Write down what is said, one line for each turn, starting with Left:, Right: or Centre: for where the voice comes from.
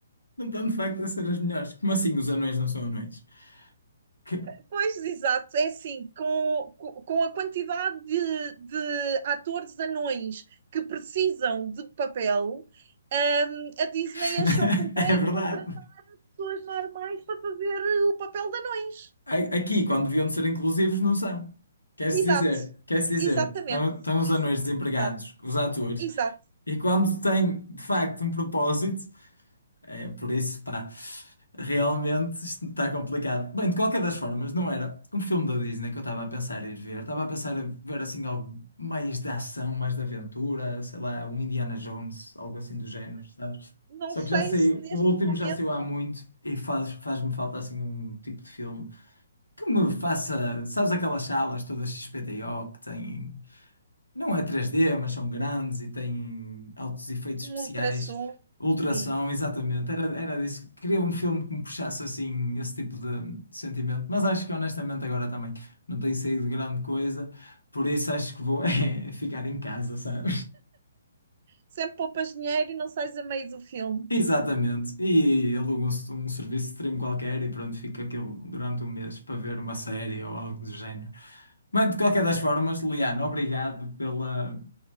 Left: Não estão de facto a ser as melhores. Como assim os anões não são anões? Que-
Right: pois, exato, é assim, com, com a quantidade de, de atores anões que precisam de papel, um, a Disney
Left: <laughs>
Right: achou por bem
Left: É verdade.
Right: contratar pessoas normais para fazer o papel de anões.
Left: A- Aqui, quando deviam de ser inclusivos, não são. Quer-se
Right: Exato,
Left: dizer, quer-se dizer,
Right: exatamente,
Left: estão, estão os
Right: Ex-
Left: anões desempregados,
Right: exato,
Left: os atores,
Right: exato.
Left: e quando têm de facto um propósito. É, por isso, pá, realmente isto está complicado. Bem, de qualquer das formas, não era um filme da Disney que eu estava a pensar ir ver. Estava a pensar em ver assim algo mais de ação, mais de aventura, sei lá, um Indiana Jones, algo assim do género, sabes?
Right: Não
Left: Só
Right: sei
Left: que já sei,
Right: se neste
Left: o último
Right: momento
Left: já saiu há muito e faz, faz-me falta assim um tipo de filme que me faça, sabes, aquelas salas todas XPTO que têm não é 3D, mas são grandes e têm altos efeitos
Right: um
Left: especiais.
Right: ultrassom,
Left: Ultrassom,
Right: sim.
Left: exatamente. Era, era disso. Queria um filme que me puxasse assim, esse tipo de sentimento. Mas acho que honestamente agora também não tem saído grande coisa. Por isso acho que vou <laughs> é, ficar em casa, sabe?
Right: Sempre poupas dinheiro e não sais a meio do filme.
Left: Exatamente. E alugam um, um serviço de stream qualquer e pronto, fica aquilo durante um mês para ver uma série ou algo do género. Mas de qualquer das formas, Liano, obrigado pela,